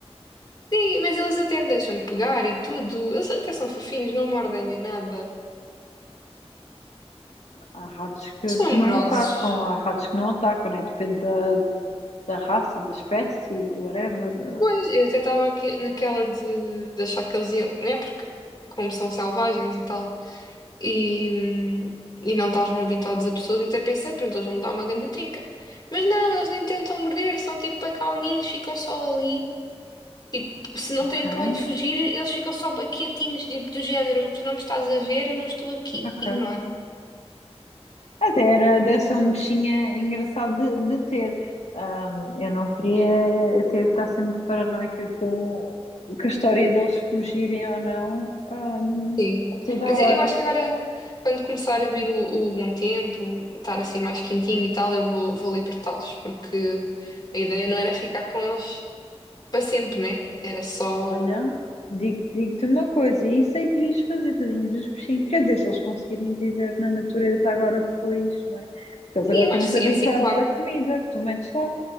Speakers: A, on the left; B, on the left.
A: Sim, mas eles até me deixam pegar e tudo. Eles até são fofinhos, não mordem nem nada.
B: Há ratos que,
A: São
B: que não
A: amorosos.
B: atacam, há ratos que não atacam, né? Depende da, da raça, da espécie, whatever.
A: Pois, eu até estava aqui naquela de, de achar que eles iam, né? Porque, como são selvagens e tal, e, hum, e não estavam habituados a pessoas, até pensei, pronto, eles vão me dar uma grande trinca. Mas não, eles nem tentam morder, são tipo pecalinhos, ficam só ali. Tipo, se não
B: Ok,
A: têm para onde fugir, eles ficam só bué quietinhos, tipo, do género: tu não me estás a ver, eu não estou aqui,
B: ok.
A: ignora-me.
B: Até era, deve ser um bichinho engraçado de, de ter. Ahm, eu não queria eh, ter de estar sempre paranoica com, com a história deles fugirem ou não, ahm,
A: Sim.
B: a toda
A: Mas
B: a hora.
A: eu eu acho que agora, quando começar a vir o, o bom tempo, estar assim mais quentinho e tal, eu vou, vou libertá-los, porque a ideia não era ficar com eles para sempre, né? Era só.
B: Olha, digo- digo-te uma coisa, e isso é que devias fazer, tadinhos dos peixinhos. Quer dizer, se eles conseguirem viver na natureza agora depois, não é? Porque eles
A: E
B: agora estão
A: eu acho
B: muito
A: que
B: habituados
A: sim, é assim, claro
B: à comida que tu metes lá.